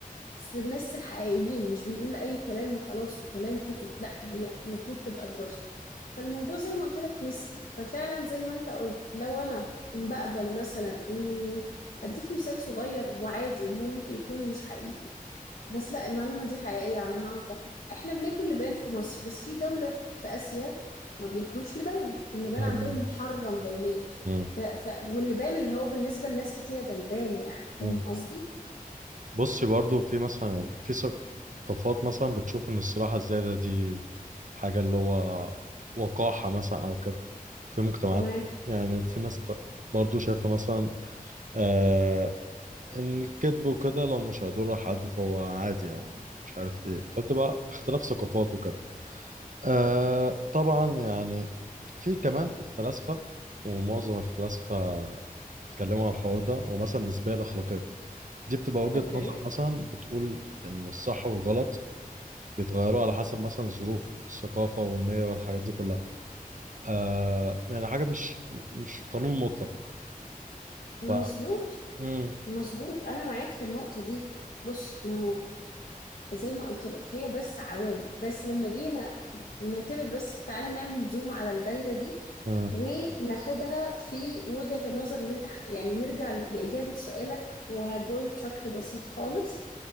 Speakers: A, on the left (about 70°); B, on the right (about 60°).
A: في الناس الحقيقيين مش بنقول أي كلام وخلاص وكلام كتب لا هي المفروض تبقى دراسة فالموضوع زي ما قلت لك نسبي ففعلا زي ما انت قلت لو انا بقبل مثلا اني اديك مثال صغير وعادي هو ممكن يكون مش حقيقي بس لا المعلومة دي حقيقية على ما اعتقد احنا بناكل لبان في مصر بس في دولة في اسيا ما بياكلوش لبان اللبان
B: مم،
A: عندهم محرم دوليا
B: مم،
A: ف... ف... واللبان اللي هو بالنسبة لناس كتيرة ده لبان يعني فاهم
B: مم.
A: قصدي؟
B: بصي برضو في مثلا يعني في ثقافات مثلا بتشوف ان الصراحة الزايدة دي حاجة اللي هو وقاحة مثلا او كده في مجتمعات
A: تمام
B: يعني في ناس ت- برضو شايفة مثلا آه، الكذب وكده لو مش هيضر حد فهو عادي يعني مش عارف ايه فبتبقى اختلاف ثقافات وكده آه طبعا يعني في كمان الفلاسفة ومعظم الفلاسفة اتكلموا عن الحوار ده ومثلا النسبية الأخلاقية دي بتبقى وجهة
A: اوكي
B: نظر مثلا بتقول إن الصح والغلط بيتغيروا على حسب مثلا الظروف الثقافة والنية والحاجات دي كلها آه يعني حاجة مش مش قانون مطلق
A: مظبوط
B: ف مم.
A: مظبوط انا معاك في النقطه دي بص ما هو زي ما قلت لك هي بس عوامل بس لما جينا نعتبر بس تعالى نعمل زوم على الدايره دي
B: مم.
A: وناخدها في وجهه النظر اللي انت ح- يعني نرجع لاجابه سؤالك وهجاوب بشكل بسيط خالص